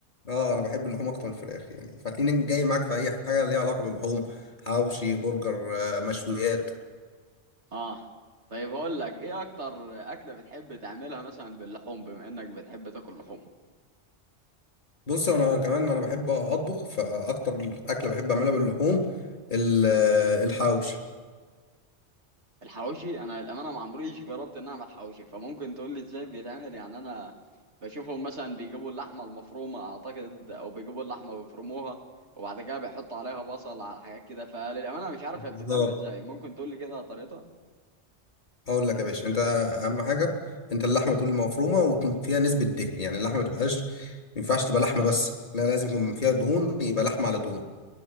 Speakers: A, on the left; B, on the right.
A: اه انا بحب اللحوم اكتر من الفراخ يعني فهتلاقيني جاي معاك في اي حاجه ليها علاقه باللحوم حواوشي برجر آه، مشويات
B: اه طيب هقول لك ايه اكتر اكله بتحب تعملها مثلا باللحوم بما انك بتحب تاكل لحوم
A: بص انا كمان انا بحب اطبخ فاكتر اكله بحب اعملها باللحوم ال- آه، الحواوشي
B: الحواوشي انا للامانه ما عمريش جربت ان اعمل حواوشي فممكن تقول لي ازاي بيتعمل يعني انا بشوفهم مثلا بيجيبوا اللحمه المفرومه اعتقد او بيجيبوا اللحمه بيفرموها وبعد كده بيحطوا عليها بصل على حاجات كده فللامانه مش عارف
A: بالظبط
B: هي بتتعمل ازاي ممكن تقول لي كده طريقتها
A: هقول لك يا باشا انت اهم حاجه انت اللحمه تكون مفرومه ويكون فيها نسبه دهن يعني اللحمه ما تبقاش ما ينفعش تبقى لحمه بس لا لازم يكون فيها دهون يبقى لحمه على دهون